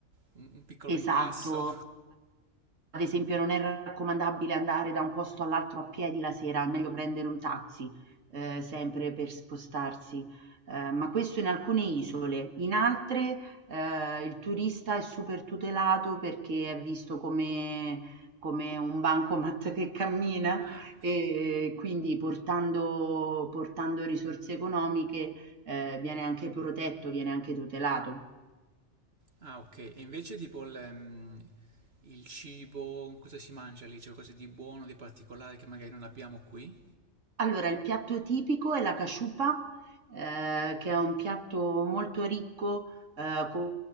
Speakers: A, on the right; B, on the right.
A: un un piccolo incasso.
B: Esatto, Ad esempio non è raccomandabile andare da un posto all'altro a piedi la sera, è meglio prendere un taxi, ehm, sempre per spostarsi, ehm, ma questo in alcune isole. In altre, ehm, il turista è super tutelato perché è visto come come un bancomat che cammina
A: Ah, ok.
B: e quindi portando portando risorse economiche, ehm, viene anche protetto, viene anche tutelato.
A: Ah, ok. E invece tipo il, ehm, il cibo, cosa si mangia lì? C'è qualcosa di buono, di particolare che magari non abbiamo qui?
B: Allora, il piatto tipico è la casciupa, ehm, che è un piatto molto ricco, ehm,